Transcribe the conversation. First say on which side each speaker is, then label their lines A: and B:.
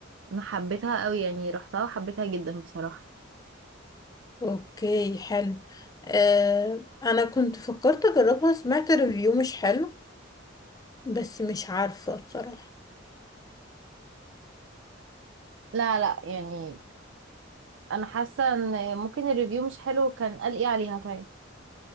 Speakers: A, on the right (about 65°); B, on the left (about 20°).
A: انا حبيتها قوي يعني رحتها وحبيتها جدا بصراحة
B: اوكي حلو آه انا كنت فكرت اجربها سمعت ريفيو مش حلو بس مش عارفة بصراحة
A: لا لا يعني انا حاسة ان ممكن الريفيو مش حلو كان قال ايه عليها طيب